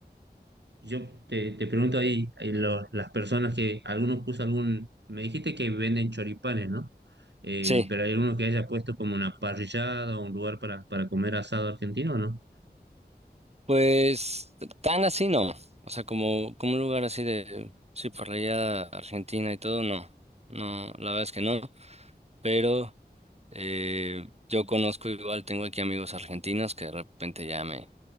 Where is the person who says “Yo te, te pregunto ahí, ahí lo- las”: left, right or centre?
Right